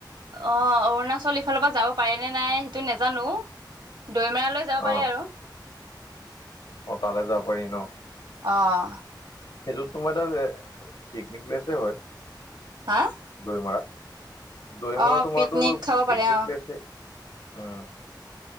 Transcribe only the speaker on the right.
অঁ, অৰুণাচল ইফালৰ পৰা যাব পাৰে নে নাই সেইটো নেজানো। দৈমেৰা লৈ যাব পাৰে
আৰু।
অঁ।
হা।
অ',
পিকনিক খাব পাৰে
অ',